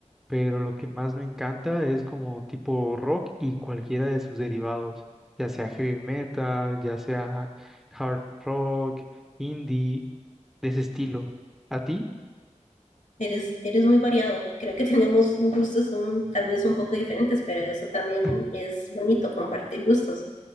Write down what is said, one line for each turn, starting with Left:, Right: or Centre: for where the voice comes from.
Centre: pero lo que más me encanta es como tipo rock y cualquiera de sus derivados, ya sea heavy metal, ya sea hard rock, indie, de ese estilo. ¿A ti?
Left: Eres, eres muy variado, creo que <laughs> tenemos gustos un- tal vez un poco diferentes, pero eso también
Centre: <laughs>
Left: es bonito, compartir gustos.